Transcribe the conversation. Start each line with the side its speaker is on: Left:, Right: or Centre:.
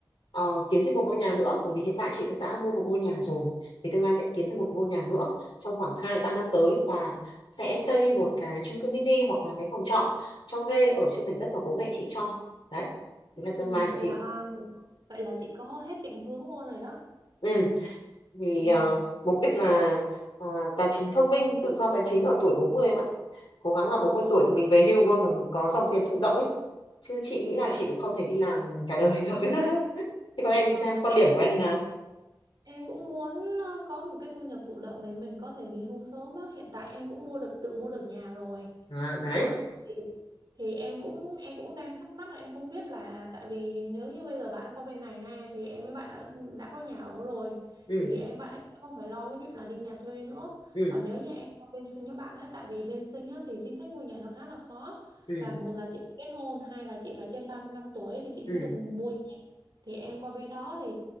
Left: ờ, kiếm thêm một ngôi nhà nữa bởi vì hiện tại chị cũng đã mua một ngôi nhà rồi thì tương lai sẽ kiếm thêm một ngôi nhà nữa trong khoảng hai ba năm tới và sẽ xây một cái chung cư mini hoặc là cái phòng trọ cho thuê ở trên mảnh đất mà bố mẹ chị cho đấy
Right: Ừ.
Left: đấy là tương lai của
Right: Wow,
Left: chị
Right: vậy là chị có hết định hướng luôn rồi đó.
Left: ừ vì
Right: Ừ.
Left: ờ, mục đích là ờ, tài chính thông minh tự do tài chính ở tuổi 40 em ạ cố gắng là bốn
Right: Ồ,
Left: mươi tuổi thì mình về hưu luôn rồi mình có dòng tiền thụ động ấy chứ chị
Right: dạ.
Left: nghĩ là chị cũng không thể đi làm cả đời được <laughs> thế còn em thì
Right: Ờ,
Left: sao
Right: em
Left: quan điểm
Right: cũng
Left: của em như nào
Right: Em cũng muốn ờ, có một cái thu nhập thụ động để mình có thể nghỉ hưu sớm á. Hiện tại em cũng mua được tự mua được nhà rồi.
Left: à, đấy
Right: Đó. Thì thì em cũng em cũng đang thắc mắc là em không biết là tại vì nếu như bây giờ bạn qua bên này ha thì em với bạn đã đã có nhà ở rồi
Left: ừ
Right: thì em bạn ấy không phải lo cái chuyện là đi nhà thuê nữa.
Left: ừ
Right: Còn nếu như em qua bên Sinh với bạn á tại vì bên Sinh á thì chính sách mua nhà nó khá là khó.
Left: ừ
Right: Là một là chị phải kết hôn, hai là chị phải trên 35 tuổi thì chị mới
Left: ừ
Right: được mua nhà thì em qua bên đó thì